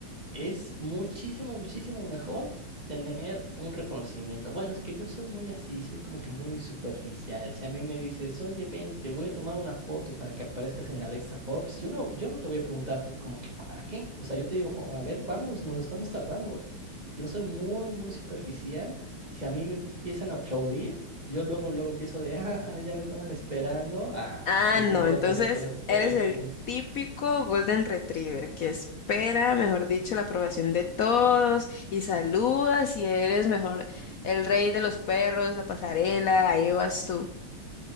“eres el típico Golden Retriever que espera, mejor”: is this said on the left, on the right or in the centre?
Left